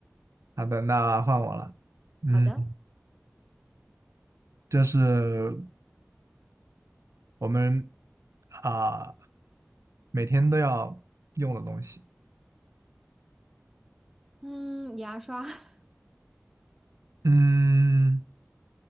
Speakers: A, on the right (about 85°); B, in the centre.
A: 好的，那换我了。嗯，
B: 好的，
A: 这是我们啊、每天都要用的东西，
B: 嗯，牙刷 <laughs>
A: 嗯，